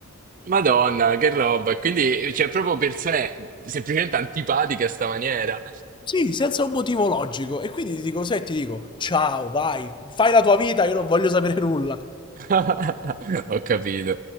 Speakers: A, on the right; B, on the left.
A: Madonna, che roba. Quindi c'è proprio persone semplicemente antipatiche a sta maniera.
B: Sì, senza un motivo logico. E quindi ti dico, sai, ti dico, ciao, vai, fai la tua vita, io non voglio sapere nulla.
A: <laughs> Ho capito.